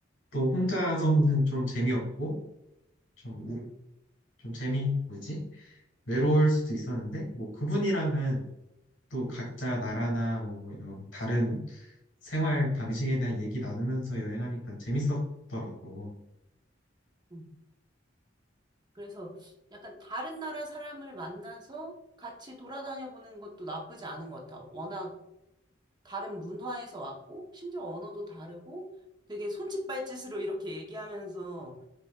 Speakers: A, on the left (about 75°); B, on the right (about 25°).
A: 또 혼자서는 좀 재미없고 좀
B: 응,
A: 좀 재미, 뭐지? 외로울 수도 있었는데, 뭐 그분이랑은 또 각자
B: 응,
A: 나라나 뭐 이런 다른 생활 방식에 대한 얘기 나누면서 여행하니까 재밌었더라고.
B: 응. 그래서 약간 다른 나라 사람을 만나서 같이 돌아다녀 보는 것도 나쁘지 않은 것 같아. 워낙 다른 문화에서 왔고, 심지어 언어도 다르고, 되게 손짓발짓으로 이렇게 얘기하면서